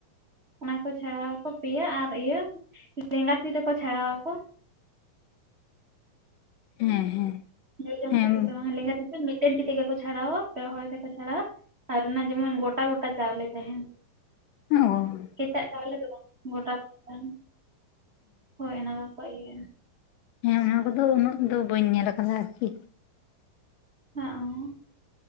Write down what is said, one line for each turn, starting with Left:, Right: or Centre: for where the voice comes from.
Right: ᱚᱱᱟ ᱠᱚ ᱪᱷᱟᱲᱟᱟᱣ ᱟᱠᱚ ᱯᱮᱭᱟ ᱟᱨ ᱤᱭᱟᱹ ᱞᱮᱸᱜᱟ ᱛᱤ ᱛᱮᱠᱚ ᱪᱷᱟᱲᱟᱟᱣ ᱟᱠᱚ
Left: ᱦᱮᱸ
Right: ᱞᱮᱭᱟᱢ
Left: ᱦᱮᱸ
Right: ᱞᱮᱸᱜᱟ ᱛᱤᱛᱮ ᱢᱤᱫᱴᱮᱱ ᱛᱤ ᱛᱮᱜᱮ ᱠᱚ ᱪᱷᱟᱲᱟᱣᱟ ᱯᱮ ᱦᱚᱲ ᱛᱮᱠᱚ ᱪᱷᱟᱲᱟᱣᱟ ᱟᱨ ᱚᱱᱟ ᱡᱮᱢᱚᱱ ᱜᱚᱴᱟ- ᱜᱚᱴᱟ ᱪᱟᱣᱞᱮ ᱛᱟᱦᱮᱱ
Left: ᱚᱦᱚ
Right: ᱮᱴᱟᱜ ᱪᱟᱣᱞᱮ ᱫᱚ ᱵᱟᱝ ᱜᱚᱴᱟ- ᱜᱚᱴᱟ ᱛᱟᱦᱮᱱᱟ ᱦᱳᱭ ᱚᱱᱟ ᱠᱚᱠᱚ ᱤᱭᱟᱹᱭᱟ
Left: ᱦᱮᱸ ᱚᱱᱟ ᱠᱚᱫᱚ ᱩᱱᱟᱹᱜ ᱫᱚ ᱵᱟᱹᱧ ᱧᱮᱞ ᱠᱟᱫᱟ ᱟᱨᱠᱤ
Right: ᱦᱟᱜ-ᱦᱚᱸ